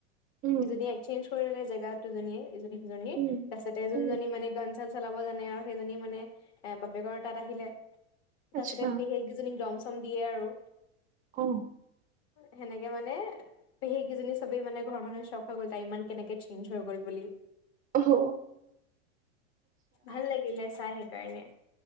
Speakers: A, on the right; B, on the left.
A: উম,
B: সি যদি চেঞ্জ কৰি দলে জেগাত দুজনীয়ে ইজনী সিজনীৰ,
A: উম,
B: তাৰপিছতে যোনজনী
A: উম,
B: মানে গান চলাব জানে আৰু সেইজনীয়ে মানে, এ বাপেকৰ তাত আহিলে।
A: আচ্ছা,
B: তাৰপিছতে পেহিয়েক কেইজনীয়ে দম চম দিয়ে আৰু।
A: অ',
B: সেনেকে মানে পেহীয়েককেইজনী চবেই মানে ঘৰৰ মানুহ চখ হৈ গ'ল তাই ইমান কেনেকে চেঞজ হৈ গ'ল বুলি।
A: অ', হ।
B: ভাল লাগিলে চাই সেইকাৰণে।